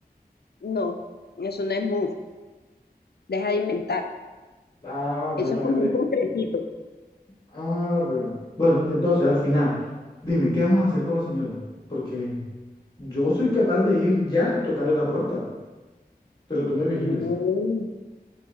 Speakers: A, on the left (about 80°); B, on the left (about 25°).
A: No, eso no es mousse, deja de inventar.
B: Ah,
A: Eso
B: bueno,
A: es como
B: le-
A: un postrecito.
B: ah, bueno. Bueno, y entonces al final, dime, ¿qué vamos a hacer con los señores? Porque yo soy capaz de ir ya y tocarle la puerta, pero tú me vigilas.
A: No,